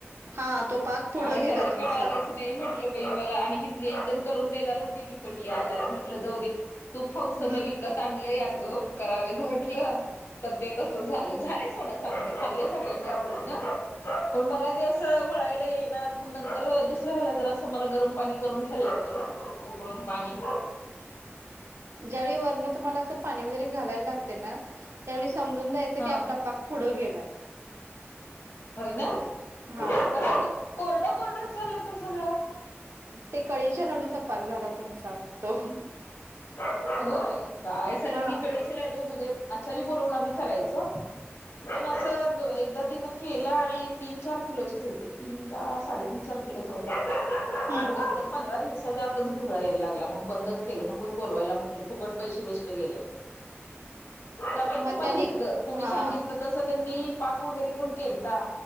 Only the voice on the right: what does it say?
हा तो पाक पुढं
गेला
तुमचा
हम्म
ज्यावेळी वरनं तुम्हाला असं पाणी वगैरे घालायला लागते ना त्यावेळी समजून जायचं
की आपला पाक पुढं गेलाय
हा
र-
ते कळीच्या लाडूचा पाक झाला तुमचा मग तो
हा
हम्म
मग
त्याने
हा